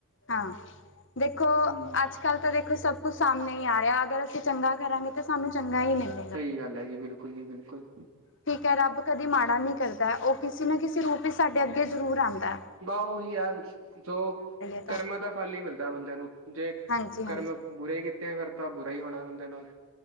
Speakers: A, on the left; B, on the right.
A: ਹਾਂ, ਦੇਖੋ
B: ਹਮ
A: -ਅੱਜ ਕੱਲ੍ਹ ਤਾਂ ਦੇਖੋ ਸਭ ਕੁਛ ਸਮਣੇ ਹੀ ਆ ਰਿਹਾ ਅਗਰ ਅਸੀਂ ਚੰਗਾ ਕਰਾਂਗੇ ਤਾਂ ਸਾਨੂੰ ਚੰਗਾ ਹੀ ਲੈਂਦੇ
B: ਸਹੀ ਗੱਲ ਹੈਗੀ ਬਿਲਕੁਲ ਵੀ ਬਿਲਕੁਲ
A: ਠੀਕ ਐ ਰੱਬ ਕਦੀ ਮਾੜਾ ਨੀ ਕਰਦਾ ਓ ਕਿਸੇ ਨਾ ਕਿਸੇ ਰੂਪ ਵਿੱਚ ਸਾਡੇ ਅੱਗੇ ਜਰੂਰ ਆਂਦਾ।
B: ਬਾ ਓਈ ਆ ਜੋ
A: ਤਾਂ
B: ਕਰਮਾਂ ਦਾ ਫਲ ਈ ਮਿਲਦਾ ਬੰਦੇ ਨੂੰ ਜੇ
A: ਹਾਂਜੀ ਹਾਂਜੀ
B: ਕਰਮ ਬੁਰੇ ਕੀ ਤੇ ਫਿਰ ਤਾਂ ਬੁਰਾ ਈ ਹੋਨਾ ਬੰਦੇ ਨਾਲ